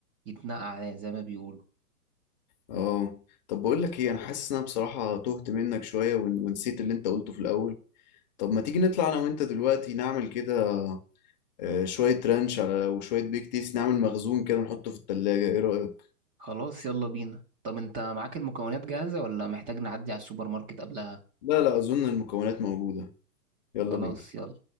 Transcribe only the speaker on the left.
اه طب بقول لك ايه انا حاسس ان انا بصراحة تهت منك شوية ون- ونسيت اللي انت قلته في الاول طب ما تيجي نطلع انا وانت دلوقتي نعمل كده آه، شوية رانش على وشوية بيك تيست نعمل مخزون كده نحطه في التلاجة ايه رأيك
لا لا اظن المكونات موجودة يلا
بينا